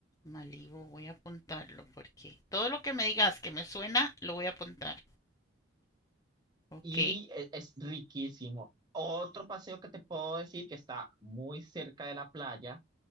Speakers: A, on the left (about 15°); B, on the right (about 20°).
A: Malibu, voy a apuntarlo porque todo lo que me digas que me suena, lo voy a apuntar. Ok,
B: y e- es riquísimo. Otro paseo que te puedo decir que está muy cerca de la playa